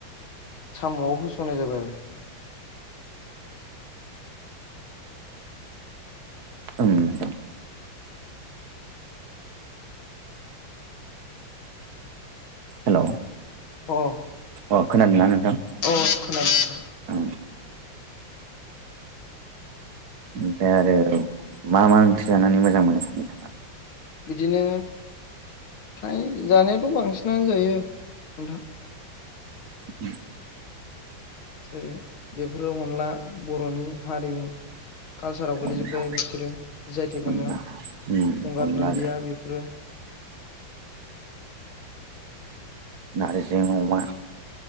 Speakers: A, on the left; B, on the right.
A: साम'आव होस'ननाय जाबाय आरो।
B: ओं नोंथां। हेलौ
A: अ
B: अ खोनादों ना नोंथां?
A: अ खोनादों नोंथां।
B: औ। ओमफ्राय आरो मा मा ओंख्रि जानानै मोजां मोनो नोंथाङा?
A: बिदिनो फ्राय जानायाथ' बांसिनानो जायो नोंथां।
B: उम।
A: जेरै बेफोरो अनला बर'नि हारिमु कालसाराव गोलैजोबबाय
B: अनला
A: बिफोरो जि आइ थेग मोननायाव
B: अनला उम
A: गंगार
B: अनलाजों
A: दुन्दिया बेफोरो।
B: नार्जि अमा